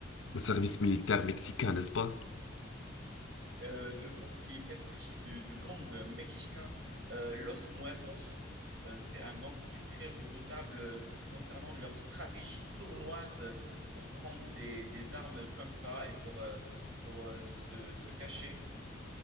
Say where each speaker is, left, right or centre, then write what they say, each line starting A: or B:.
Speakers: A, on the left; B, on the right.
A: au service militaire mexicain, n'est-ce pas?
B: Euh, je pense qu'il fait partie du, du gang mexicain euh, Los Muertos. Euh, c'est un gang qui est très redoutable euh, concernant leur stratégie sournoise pour prendre des, des armes comme ça et pour, euh, pour euh, se, se cacher.